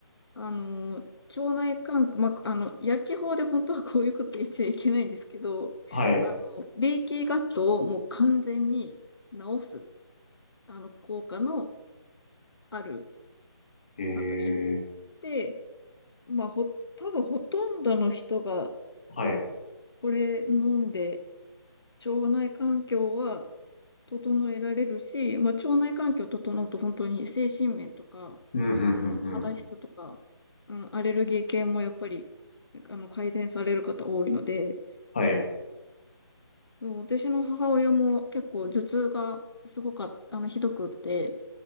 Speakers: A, on the left; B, on the left.
A: あの、腸内環境、まあ、あの、薬機法で本当はこういうこと言っちゃいけないんですけど、
B: はい。
A: あの、レーキーガットをもう完全に治す、あの、効果のある
B: えー、
A: サプリ。で、まあ、ほ、多分ほとんどの人が
B: はい。
A: これ飲んで、腸内環境は整えられるし、まあ、腸内環境整うと本当に精神面とか、
B: うん、ふん、
A: あの、
B: ふん、ふん。
A: 肌質とか、うん、アレルギー系もやっぱり、あの、改善される方多いので、
B: はい。
A: うん私の母親も結構頭痛がすごかった、あの、ひどくって、